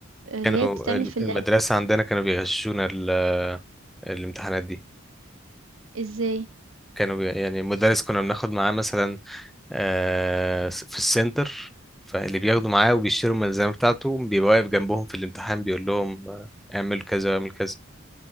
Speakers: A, on the right; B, in the centre.
A: اللي
B: كانوا
A: هي بتتعمل
B: ال-
A: في اللاب
B: المدرسه عندنا كانوا بيغششونا ال- الامتحانات دي
A: ازاي
B: كانوا بي... يعني المدرس كنا بناخد معاه مثلا آه، في السنتر فاللي بياخدوا معاه وبيشتروا الملزمة بتاعته بيبقى واقف جنبهم في الامتحان بيقول لهم آه، اعمل كذا واعمل كذا